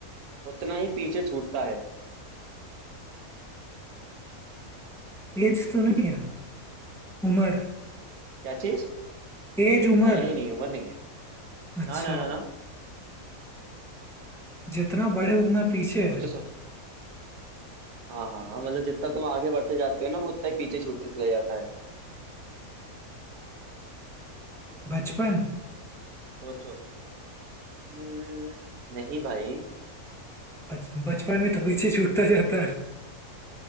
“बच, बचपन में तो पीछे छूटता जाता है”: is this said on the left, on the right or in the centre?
Centre